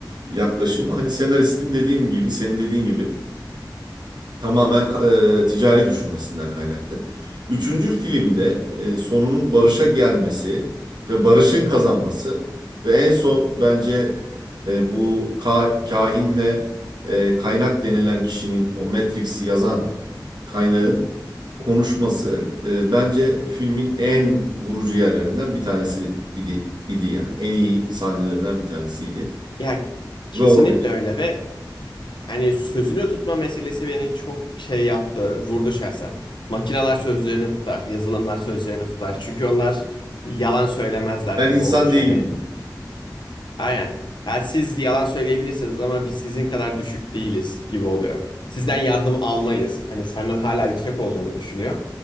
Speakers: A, on the right; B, on the left.
A: yaklaşımı hani senaristin dediğim gibi senin dediğin gibi tamamen ka- e, ticari düşünmesinden kaynaklı. Üçüncü filmde e, sonunun barışa gelmesi ve barışın kazanması ve en son bence e, bu ka- kahinle e, kaynak denilen kişinin o Matrix'i yazan kaynağın konuşması e, bence filmin en vurucu yerlerinden bir tanesi idi idi yani. En iyi sahnelerinden bir tanesiydi.
B: Ya kesinlikle
A: Ve oradaki
B: öyle ve hani sözünü tutma meselesi beni çok şey yaptı, vurdu şahsen. Makineler sözlerini tutar, yazılımlar sözlerini tutar. Çünkü onlar yalan söylemezler
A: ben
B: gibi
A: insan
B: olmuş
A: değilim
B: hani
A: dedi.
B: Aynen. Ha, siz yalan söyleyebilirsiniz ama biz sizin kadar düşük değiliz gibi oluyor. Sizden yardım almayız. Hani senden hala yüksek olduğunu düşünüyor.